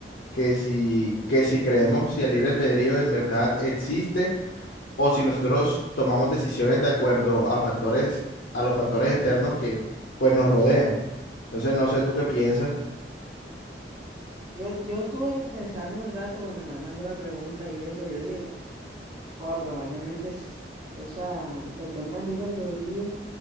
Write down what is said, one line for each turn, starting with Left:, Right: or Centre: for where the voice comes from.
Left: que si,
Right: Ujú.
Left: que si creemos si el libre albedrío en verdad existe o si nosotros tomamos decisiones de acuerdo a factores, a los factores externos que pues nos rodean. Entonces, no sé tú qué piensas.
Right: Yo, yo estuve pensando un rato cuando me mandó la pregunta y eso, yo dije, como, "Joda, probablemente, es- o sea, el tema del libre albedrío